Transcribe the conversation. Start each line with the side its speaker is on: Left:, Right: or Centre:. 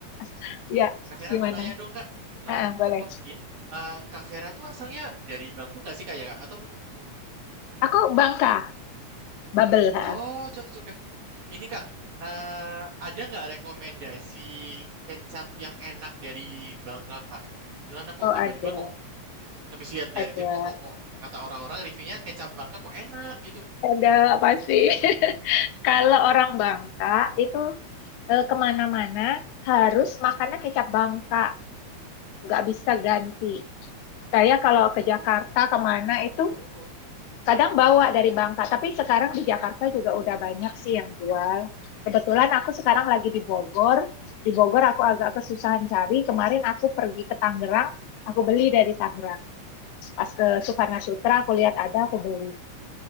Left: <laughs> Ya,
Right: Kak Vera
Left: gimana?
Right: mau nanya dong Kak.
Left: Heeh,
Right: Eh,
Left: boleh.
Right: oh iya, Eh, Kak Vera tuh asalnya dari Bangku nggak sih Kak ya Kak? Atau bukan?
Left: Aku Bangka. Bubble, heeh.
Right: Oh cocok ya. Ini Kak, eh, ada nggak rekomendasi kecap yang enak dari Bangka Kak? Kebetulan aku
Left: Oh,
Right: tiba-tiba
Left: ada.
Right: kok habis lihat
Left: Ada.
Right: dari TikTok kok, kok kata orang-orang reviewnya kecap Bangka kok enak gitu.
Left: Ada apa sih? <laughs> Kalau orang Bangka itu eh, kemana-mana harus makannya kecap Bangka, nggak bisa ganti. Saya kalau ke
Right: Oh,
Left: Jakarta kemana itu
Right: <laughs>
Left: kadang bawa dari Bangka, tapi sekarang di Jakarta juga udah banyak sih yang jual. Kebetulan aku sekarang lagi di Bogor. Di Bogor aku agak kesusahan cari. Kemarin aku pergi ke Tangerang, aku beli dari Tangerang. Pas ke Sukarna Sutra aku lihat ada, aku beli.